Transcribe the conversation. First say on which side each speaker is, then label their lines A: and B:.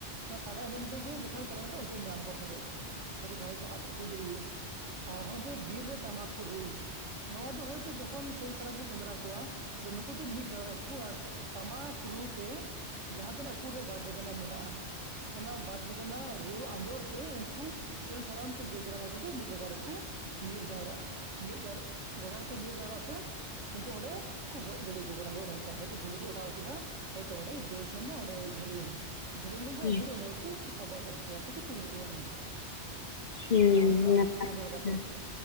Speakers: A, on the right; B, on the left.
A: ᱚᱱᱟ ᱥᱟᱰᱮ ᱟᱸᱡᱚᱢ ᱛᱮᱜᱮ ᱡᱚᱠᱷᱚᱱᱮ ᱪᱟᱞᱟᱣ ᱞᱮᱱᱠᱷᱟᱱ ᱩᱱᱠᱩᱧ ᱧᱟᱢ ᱠᱚᱣᱟ ᱥᱟᱨᱮᱡ ᱟᱠ ᱦᱚᱭ ᱡᱟᱦᱟᱸᱭ ᱠᱚ ᱟᱫ ᱦᱩᱭ ᱫᱟᱲᱮᱭᱟᱜᱼᱟ ᱟᱨ ᱱᱚᱜᱼᱚᱭ ᱡᱮ ᱵᱤᱨ ᱨᱮ ᱴᱟᱢᱟᱠ ᱠᱚ ᱨᱩᱭ ᱱᱚᱣᱟ ᱫᱚ ᱦᱚᱭᱛᱚ ᱡᱚᱠᱷᱚᱱ ᱥᱤᱹᱞ ᱥᱟᱨᱟᱢ ᱠᱚ ᱥᱮᱸᱫᱽᱨᱟ ᱠᱚᱣᱟ ᱟᱫᱚ ᱱᱩᱠᱩ ᱫᱚ ᱢᱤᱫ ᱡᱟᱣᱨᱟ ᱠᱩ ᱴᱟᱢᱟᱠ ᱨᱩᱛᱮ ᱡᱟᱦᱟᱸ ᱛᱤᱱᱟᱹᱜ ᱟᱠᱩ ᱴᱮ ᱵᱟᱡᱽ ᱵᱟᱡᱽᱱᱟ ᱢᱮᱱᱟᱜᱼᱟ ᱚᱱᱟ ᱵᱟᱡᱽ ᱵᱟᱡᱽᱱᱟ ᱨᱩ ᱟᱸᱫᱳᱲ ᱛᱮ ᱩᱱᱠᱩ ᱥᱮᱞ ᱥᱟᱨᱢ ᱥᱮ ᱵᱤᱨ ᱡᱟᱱᱣᱟᱨ ᱠᱚᱫᱚ ᱢᱤᱫ ᱡᱟᱭᱜᱟ ᱨᱮᱠᱚ ᱧᱤᱨ ᱡᱟᱣᱨᱟᱜᱼᱟ ᱢᱤᱫ ᱡᱟᱭᱜᱟ ᱨᱮᱠᱚ ᱧᱤᱨ ᱡᱟᱣᱨᱟᱜ ᱛᱮ ᱩᱱᱠᱩ ᱚᱸᱰᱮ ᱠᱚ ᱜᱚᱡᱽ ᱫᱟᱲᱮᱭᱟ ᱠᱚ ᱠᱟᱱᱟ ᱠᱚ ᱦᱳᱭᱛᱳ ᱡᱷᱟᱹᱞᱤ ᱠᱚ ᱚᱰᱟᱣ ᱠᱮᱫᱟᱹ ᱦᱚᱭᱛᱳ ᱚᱸᱰᱮ ᱫᱟᱹᱲ ᱥᱮᱱ ᱮᱱᱟ ᱚᱸᱰᱮᱭ ᱡᱷᱟᱹᱞᱤᱭᱱᱟ ᱛ ᱡᱷᱟᱹᱞᱤ ᱞᱮᱱᱟᱱ
B: ᱦᱩᱸ
A: ᱩᱱᱠᱩ ᱫᱚ ᱚᱸᱰᱮ ᱠᱩ ᱥᱚᱵᱚᱜ ᱜᱚᱡᱽ ᱠᱚᱣᱟ ᱥᱮᱠᱚ ᱛᱩᱧ ᱜᱚᱡᱽ ᱠᱚᱣᱟ ᱱᱚᱝᱠᱟ
B: ᱦᱩᱸ,
A: ᱚᱱᱟ ᱟᱸᱫᱳᱲᱟ
B: ᱱᱟᱯᱟᱭ
A: ᱟᱸᱫᱳᱲ
B: ᱠᱟᱛᱷᱟ᱾
A: ᱠᱟᱛᱮ